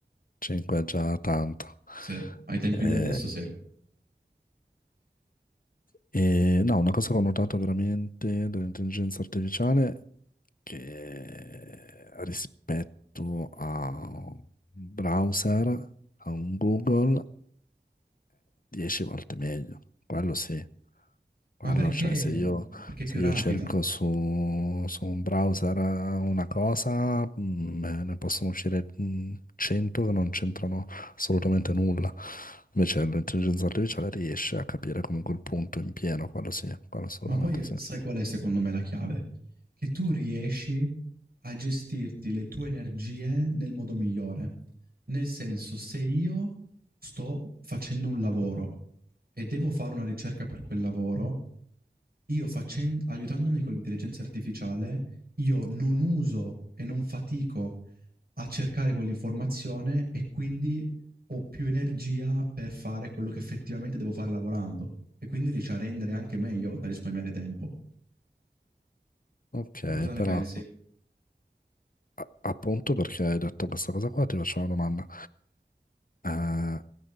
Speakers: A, on the left; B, on the right.
A: 5 è già tanto.
B: Sì, ai tempi
A: Eh,
B: di adesso sì.
A: e no, una cosa che ho notato veramente dell'intelligenza artificiale che rispetto a un browser, a un Google, 10 volte meglio. Quello sì. Quello,
B: Ma perché?
A: cioè, se io,
B: Perché è
A: se
B: più
A: io
B: rapida.
A: cerco su, su un browser eh, una cosa, mm, beh, ne possono uscire mm, 100 che non c'entrano assolutamente nulla. Invece l'intelligenza artificiale riesce a capire comunque il punto in pieno, quello sì, quello assolutamente
B: Ma poi
A: sì.
B: sai qual è secondo me la chiave? Che tu riesci a gestirti le tue energie nel modo migliore. Nel senso, se io sto facendo un lavoro e devo fare una ricerca per quel lavoro, Io facen- aiutandomi con l'intelligenza artificiale, io non uso e non fatico a cercare quell'informazione e quindi ho più energia per fare quello che effettivamente devo fare lavorando e quindi riesci a rendere anche meglio, oltre a risparmiare tempo.
A: Ok,
B: Tu cosa ne
A: però
B: pensi?
A: a- appunto perché hai detto questa cosa qua, ti faccio una domanda. Eh,